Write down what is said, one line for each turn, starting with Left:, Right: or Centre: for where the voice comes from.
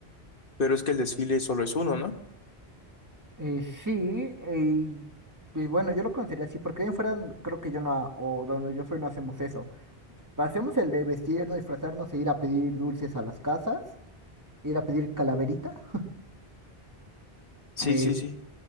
Left: pero es que el desfile solo es uno, ¿no?
Right: Eh, sí, eh, pues bueno, yo lo conocería así, porque bien fuera, creo que yo no, ha- o donde yo soy no hacemos eso. Hacemos el de vestirnos, disfrazarnos e ir a pedir dulces a las casas, ir a pedir calaverita.
Left: Sí,
Right: eh,
Left: sí, sí.